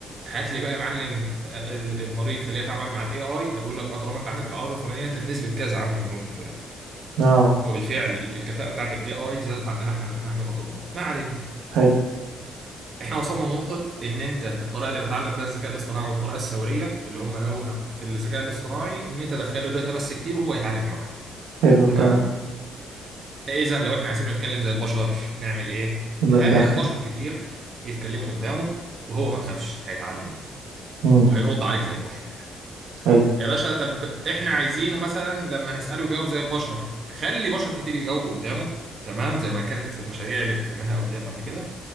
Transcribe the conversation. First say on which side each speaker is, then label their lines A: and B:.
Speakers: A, on the right; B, on the right.
A: هات لي بقى يا معلم آه، ال- المريض خليه يتعامل مع الاي اي هيقول لك اه طالما انت عندك الاعراض الفلانيه انت بنسبه كذا عندك المرض الفلاني
B: اه
A: وبالفعل الكفاءة بتاعت الاي اي زادت عندنا احنا احنا الاطباء ما علينا
B: حلو
A: احنا وصلنا لنقطة ان انت الطريقة اللي بتعلم بيها الذكاء الاصطناعي والطريقة الثورية اللي هم لقوها في الذكاء الاصطناعي ان انت تدخله داتا بس كتير وهو يتعلم لوحده
B: حلو
A: تمام
B: كده
A: اذا لو احنا عايزينه يتكلم زي البشر نعمل ايه
B: يبقى
A: هات
B: ندخل
A: بشر كتير يتكلموا قدامه وهو ما تخافش هيتعلم منه
B: امم
A: وهيرد عليك زي البشر
B: حلو
A: يا باشا طب احنا عايزينه مثلا لما نسأله يجاوب زي البشر خلي بشر كتير يجاوبوا قدامه تمام زي ما كانت في المشاريع اللي بتعملها اوتلاير قبل كده